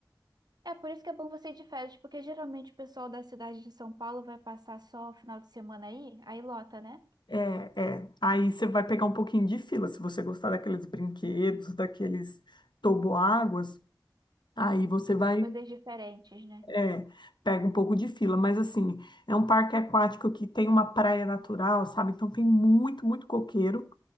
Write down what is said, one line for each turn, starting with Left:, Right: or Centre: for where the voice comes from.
Right: É por isso que é bom você ir de férias, porque geralmente o pessoal da cidade de São Paulo vai passar só o final de semana aí, aí lota, né?
Left: É, é. Aí você vai pegar um pouquinho de fila, se você gostar daqueles brinquedos, daqueles toboáguas, aí você vai,
Right: As coisas diferentes, né?
Left: é, pega um pouco de fila. Mas assim, é um parque aquático que tem uma praia natural, sabe? Então tem muito, muito coqueiro,